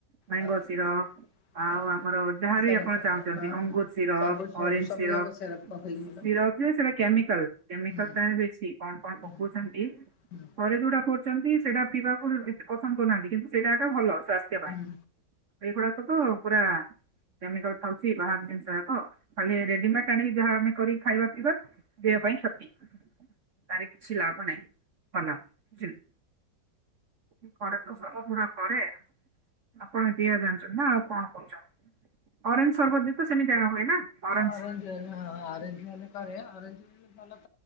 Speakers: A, on the right; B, on the left.
A: ମ୍ୟାଙ୍ଗୋ
B: ହଁ
A: ସୀରପ
B: ହଁ
A: ଆଉ ଆ ମୋର ଯାହା
B: ସେରପ
A: ବିି ଆପଣ ଚାହୁଁଚନ୍ତି
B: ହଁ
A: ଅଙ୍ଗୁର ସୀରପ
B: ସବୁ ସବୁ
A: ଅରେଞ୍ଜ
B: ସବୁ
A: ସୀରପ
B: ଯାକ ସେରପ ପକେଇକି ହୁଁ
A: ସୀରପ ଯେ ସେଟା କେମିକାଲ କେମିକାଲଟା
B: ହୁଁ
A: ବେଶୀ କଣ କଣ
B: ହୁଁ
A: ପକୋଉଚନ୍ତି।
B: ହୁଁ
A: ଘରେ ଯୋଉଟା କରୁଚନ୍ତି ସେଇଟା ପିବାକୁ ଇ <unintelligible> ପସନ୍ଦ କରୁନାହାନ୍ତି କିନ୍ତୁ ସେଇଟା ତ ଭଲ ସ୍ଵାସ୍ଥ୍ୟ ପାଇଁ।
B: ହୁଁ
A: ଏଗୁଡାକ ତୁ ପୁରା କେମିକାଲ ଥାଉଚି ବାହାର ଜିନିଷ ଯାକ ଖାଲି ରେଡିମେଟ୍ ଆଣିକି ଯାହା ଆମେ କରି ଖାଇବା ପିଇବା ଦେହ ପାଇଁ ଶକ୍ତି। ପାରିକି <unintelligible> କିଛି ଲାଭ ନାହିଁ ଭଲ ବୁଝିଲ୍। <unintelligible> ପୁରା ପରେ ଆପଣ ଏତିକ ଜାଣିଚନ୍ତି ନା ଆଉ କଣ କରୁଚନ୍ତି। ଅରେଞ୍ଜ ସରବତ ବି ତ ସେମିତିଆ ହୁଏ ନା। ଅରେଞ୍ଜ
B: ଆଞଜଁ ଆରେଞଜ କରେ ଆରେଞଜ <unintelligible>